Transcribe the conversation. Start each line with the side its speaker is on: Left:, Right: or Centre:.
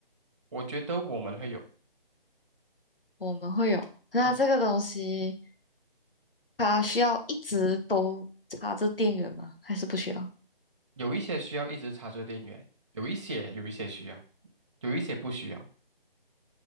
Right: 我觉得我们会有，
Left: 我们会有。那这个东西，
Right: 嗯，
Left: 它需要一直都插着电源吗？还是不需要？
Right: 有一些需要一直插着电源，有一些有一些需要，有一些不需要。